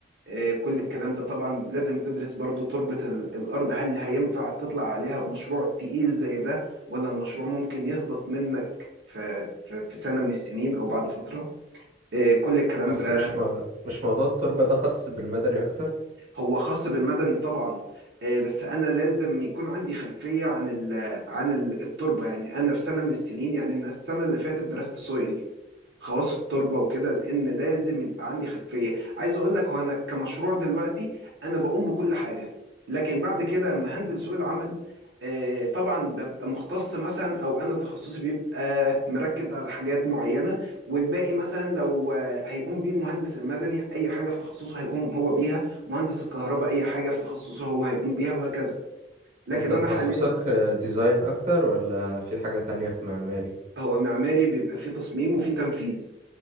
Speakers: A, on the right; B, on the right.
A: آه، كل الكلام ده طبعا لازم تدرس برضو تربة ال- الأرض هل هينفع تطلع عليها بمشروع تقيل زي ده ولا المشروع ممكن يهبط منك في في في سنة من السنين أو بعد فترة آه، كل الكلام
B: بس
A: ده
B: مش ما... مش موضوع التربة ده خاص بالمدني اكتر
A: هو خاص بالمدني طبعا آه، بس انا لازم يكون عندي خلفيه عن ال عن ال- التربه يعني انا في سنه من السنين يعني انا السنه اللي فاتت درست سويل خواص التربه وكده لان لازم يبقى عندي خلفيه عايز اقول لك هو انا كمشروع دلوقتي انا بقوم بكل حاجه لكن بعد كده لما هنزل سوق العمل آه، طبعا ببقى مختص مثلا او انا تخصصي بيبقى مركز على حاجات معينه والباقي مثلا لو آه، هيقوم بيه المهندس المدني اي حاجه في تخصصه هيقوم هو بيها مهندس الكهرباء اي حاجه في تخصصه هو هيقوم بيها وهكذا لكن
B: انت
A: انا
B: تخصصك
A: حاليا
B: آه، ديزاين اكتر ولا في حاجة تانية في معماري
A: هو معماري بيبقى فيه تصميم وفيه تنفيذ